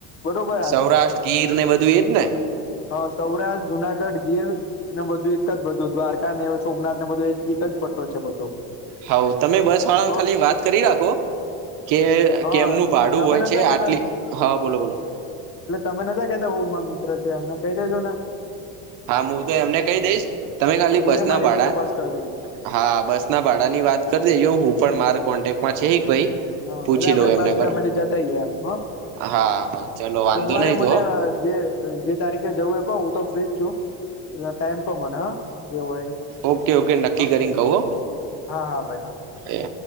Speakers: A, on the left (about 40°); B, on the right (about 60°).
A: બરોબર
B: સૌરાષ્ટ્ર ગીર ને બધું એજ ને.
A: હા સૌરાષ્ટ્ર, જુનાગઢ, ગીર ને બધું એક જ બધું દ્વારકા ને સોમનાથ ને બધું એ એક જ પટ્ટો છે બધો
B: હાવ તમે બસવાળાને
A: હ
B: ખાલી વાત કરી રાખો. કે
A: હા
B: કેમનું ભાડું
A: તમે
B: હોય
A: નતા
B: છે
A: કેતા
B: આટલી હા બોલો બોલો
A: એટલે તમે નતા કેતા હું મારો મિત્ર છે એમને કહી દેજો ને.
B: હા મુ તો એમને કહી દઈશ તમે ખાલી
A: હું
B: બસના
A: એ મારી
B: ભાડા
A: રીતે તપાસ કરી દઈશ
B: હા બસના ભાડાની વાત કરી દેજો, હું પણ મારા કોન્ટેક્ટમાં છે એક ભાઈ
A: હા
B: પૂછી
A: એટલે આપડે
B: લઉ એમને
A: પાંચ
B: પર
A: ફેમિલી જતા આઇયે એમ હ.
B: હા હા ચલો વાંધો
A: સોમવારે
B: નહી
A: મને
B: તો
A: જે જે તારીખે જવું એ કો હું તો ફ્રી જ છું, એટલે ટાઈમ કો મને હ. જે હોય હ
B: ઓકે ઓકે નક્કી
A: હા
B: કરીને કહું હો
A: હા હા ભાઈ હા
B: એ